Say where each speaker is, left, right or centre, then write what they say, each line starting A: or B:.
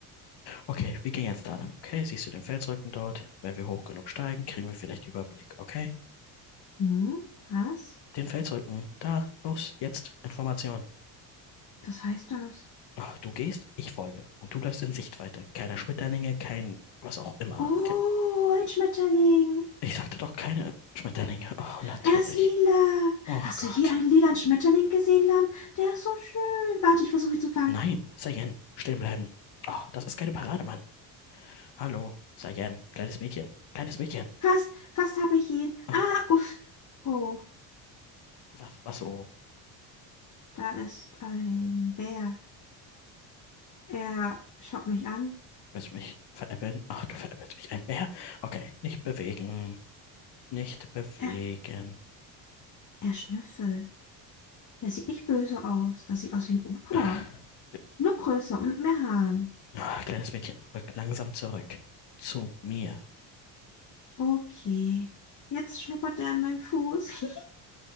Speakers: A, on the left; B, on the left.
A: Okay, wir gehen jetzt da lang, okay? Siehst du den Felsrücken dort? Wenn wir hoch genug steigen, kriegen wir vielleicht Überblick, okay?
B: Hm? Was?
A: den Feldzeugen. Da, los, jetzt, Information.
B: Was heißt das?
A: Ah, Du gehst, ich folge. Und du bleibst in Sichtweite. Keine Schmetterlinge, kein was auch immer.
B: Oh, ein Schmetterling.
A: ich sagte doch keine Schmetterlinge. Oh, natürlich.
B: Er ist lila.
A: Oh
B: Hast
A: Gott.
B: du je einen lilanen Schmetterling gesehen, Lamm? Der ist so schön. Warte, ich versuche ihn zu fangen.
A: Nein, Sayen, stehen bleiben. Oh, das ist keine Parade, Mann. Hallo, Sayen, kleines Mädchen. Kleines Mädchen.
B: Fast, fast habe ich ihn.
A: Ah,
B: Ah, uff. Oh,
A: was, was so?
B: da ist ein Bär. Er schaut mich an.
A: Willst du mich veräppeln? Ach, du veräppelst mich. Ein Bär? Okay, nicht bewegen. Nicht bewegen.
B: Er, er schnüffelt. Er sieht nicht böse aus. Er sieht aus wie ein Opa.
A: <laughs>
B: Nur größer und mit mehr Haaren.
A: Ah, kleines Mädchen, rück langsam zurück. Zu mir.
B: Okay. Jetzt schnuppert er an meinem Fuß. <laughs>